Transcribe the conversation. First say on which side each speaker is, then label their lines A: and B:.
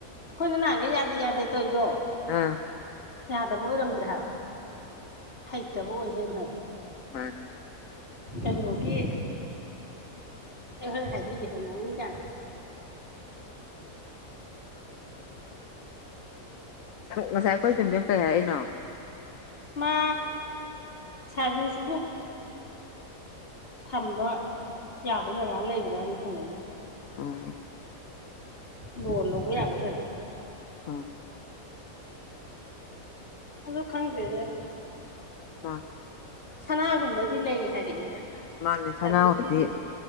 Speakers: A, on the left (about 40°); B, on the left (about 70°).
A: ꯑꯩꯈꯣꯏꯅ ꯅꯍꯥꯟꯒ ꯌꯥꯗꯦ ꯌꯥꯗꯦ ꯇꯧ ꯑꯩꯀꯣ
B: ꯑꯥ
A: ꯌꯥꯗꯕ ꯑꯣꯏꯔꯝꯗ꯭ꯔꯦ ꯍꯥꯏꯕ ꯍꯩꯇꯕ ꯑꯣꯏ ꯂꯩꯝ ꯍꯥꯏꯕ
B: ꯍ
A: ꯀꯩꯅꯣꯒꯤ ꯑꯩ ꯍꯣꯏ ꯍꯥꯏꯕꯤꯒꯦꯁꯦ ꯃꯑꯣꯡꯖꯥꯅꯤ <inaudible>
B: ꯉꯁꯥꯏ ꯑꯩꯈꯣꯏ ꯌꯨꯝꯕꯤꯝ ꯀꯩ ꯍꯥꯏꯛꯏꯅꯣ
A: ꯃꯥ ꯁꯔꯚꯤꯁꯤꯁ ꯕꯨꯛ ꯊꯝꯕ ꯌꯥꯕ ꯖꯒꯥ ꯂꯩꯕ꯭ꯔꯥꯅ ꯍꯪꯉꯛꯏꯕ
B: ꯎꯝ
A: ꯂꯣꯟ ꯂꯧꯕ ꯌꯥꯕ ꯖꯒꯥ
B: ꯎꯝ
A: ꯑꯗꯣ ꯈꯪꯗꯦꯗ
B: ꯑ
A: ꯁꯅꯥꯒꯨꯝꯕꯗꯤ ꯂꯩ ꯍꯥꯏꯔꯛꯑꯦ
B: ꯃꯥꯅꯦ
A: ꯁꯔꯕꯤꯁꯀꯤꯗꯤ
B: ꯁꯅꯥꯍꯣꯏꯗꯤ